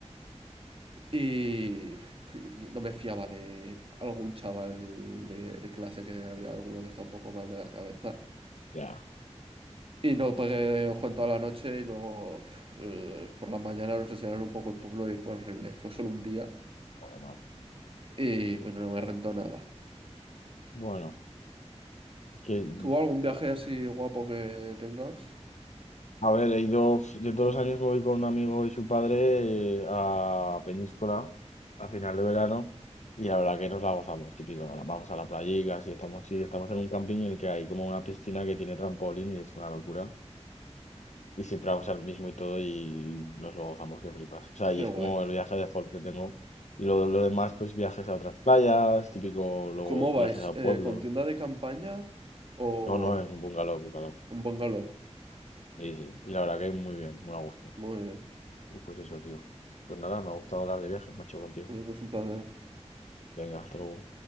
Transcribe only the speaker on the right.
Y uf, y no me fiaba de algún chaval de, de clase que había alguno que está un poco mal de la cabeza.
Y no pegué ojo en toda la noche y luego uf, eh, por la mañana nos enseñaron un poco el pueblo y fue horrible. Fue solo un día
y bueno, no me rentó nada.
¿Tú algún viaje así guapo que tengas?
Qué
guay.
¿Cómo
vais?
Eh, ¿con tienda de campaña o
un bungalow?
Muy bien.
Eh, pues un placer.